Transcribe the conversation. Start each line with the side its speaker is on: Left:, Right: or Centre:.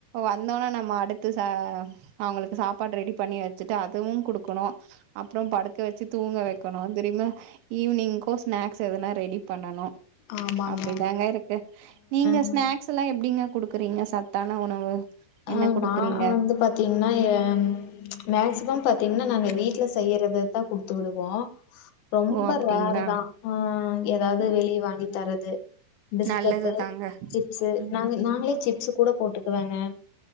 Right: வந்தோனா நம்ம அடுத் த்து ச அவுங்களுக்கு சாப்பாடு ரெடி பண்ணி வச்சிட்டு அதுவு குடுக் குனு அப்புறம் படுக்க வச்சு தூங்க வெக்கணு தெரியுமா ஈவினிங்கு ஸ்னாக்ஸ் எதுனா ரெடி பண்ணணு
Left: ஆமாங்க
Right: அப்படிதாங்க இருக்கு நீங்க
Left: ஆ
Right: ஸ்நாக்ஸ் எல்லாம் எப் எப்டிங்க குடுக்குறீங்க சத்தான உணவு
Left: ஆ
Right: என்ன குடுக்குறீங்க
Left: நா வந்து பாத்தீங்கன்னா எ மேக்சிமம் பாத்தீங்கன்னா நாங்க வீட்ல செய்யறது த குடுத்து விடுவோ ரொம்ப
Right: ஓ அப்டிங்களா
Left: ரேரு தா ஆ ஏதாவது
Right: ம்
Left: வெளியே வாங்கி தரது பிஸ்கட்டு
Right: நல்லது தாங்க.
Left: சிப்ஸு
Right: ம்.
Left: நாங் நாங்களே சிப்ஸ் கூட போட்டுக்குவங்கே